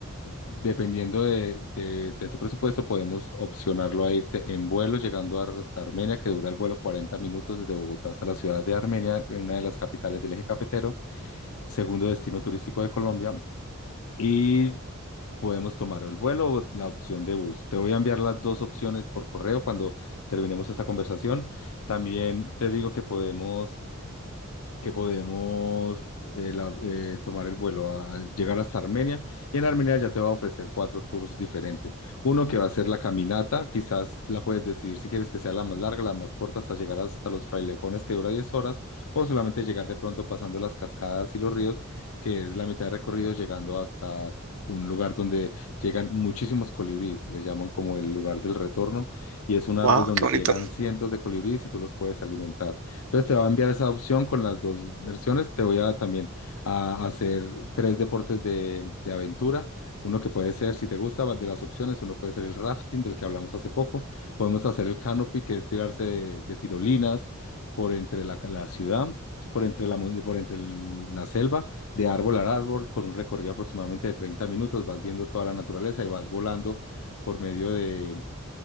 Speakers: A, on the left; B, on the right.
A: Dependiendo de, de- de tu presupuesto, podemos opcionarlo a irte en vuelo, llegando hasta Armenia, que dura el vuelo 40 minutos desde Bogotá hasta la ciudad de Armenia, una de las capitales del eje cafetero, segundo destino turístico de Colombia. Y podemos tomar el vuelo o la opción de bus. Te voy a enviar las dos opciones por correo cuando terminemos esta conversación. También te digo que podemos que podemos eh, la- eh, tomar el vuelo a, a llegar hasta Armenia. Y en Armenia ya te va a ofrecer cuatro tours diferentes. Uno que va a ser la caminata, quizás la puedes decidir si quieres que sea la más larga, la más corta, hasta llegar hasta los frailejones que dura 10 horas, o solamente llegar de pronto pasando las cascadas y los ríos, que es la mitad de recorrido llegando hasta... un lugar donde llegan muchísimos colibríes, le llaman como el lugar del retorno, y es un árbol
B: Wow,
A: donde
B: qué bonito.
A: llegan cientos de colibríes y tú los puedes alimentar. Entonces te va a enviar esa opción con las dos versiones. Te voy a también a hacer tres deportes de, de aventura. Uno que puede ser, si te gusta, va- de las opciones, uno puede ser el rafting del que hablamos hace poco. Podemos hacer el canopy, que es tirarse de, de tirolinas por entre la, la ciudad, por entre la, mon- por entre el- la selva, de árbol a árbol, con un recorrido aproximadamente de 30 minutos. Vas viendo toda la naturaleza y vas volando por medio de